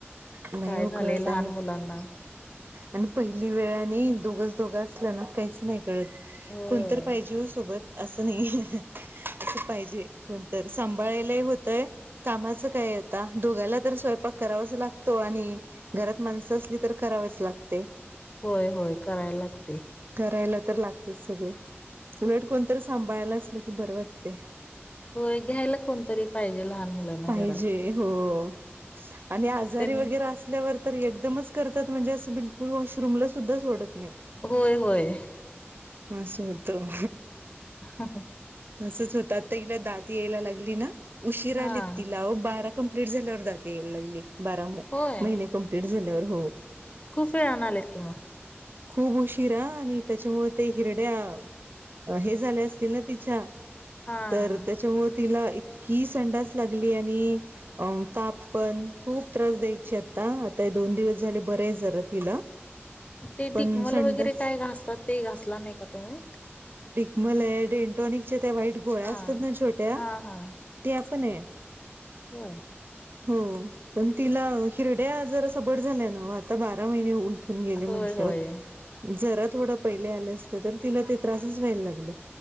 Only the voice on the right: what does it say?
नाही
उकळत
आणि
आणि पहिली वेळाने दोघंच दोघं असल्या ना काहीच नाही कळत
कोणत पाहिजे हो सोबत. अस नाही अस पाहिजे कोणतरी सांभाळाला होतंय कामाचं काय आता दोघाला तर स्वय प्पा करावाच लागतो आणि घरात माणस असली तर करावच लागते.
करायला तर लागते सगळे उलट कोणत सांभाळायला असल की बरं वाटतय
पाहिजे
हो. आणि आजारी
वगैरे असल्यावर तर एकदमच करतात म्हणजे असं बिलकुल वॉशरूमला सुद्धा सोडत नाही
असं होतं
तसच होत आता तिला दात यायला लागली ना उशीरा
यायला तिला बारा कंप्लीट झाल्यावर जाते यायला लागली बारा महिने
कंप्लीट झाल्यावर हो
खूप उशीरा आणि त्याच्यामुळे ते हिरड्या हे झाले असतील ना तिच्या
तर त्याच्यामुळे तिला इतकी संडाच लागली आणि अ ताप पण खूप त्रास द्यायचे आता आता हे दोन दिवस झाले बरे आहे जरा तिला
पण
संडास
मला डेंटॉनिकच्या त्या वाईट गोळ्या
असतात ना छोट्या
त्या पण आहे
हो पण तिला हिरड्या जरा सबट झाल्या न आता बारा महिने होऊन होऊन गेले
म्हटल्यावर
जरा थोडं पहिले आलं असतं तर तिला ते त्रासच व्हायला लागलं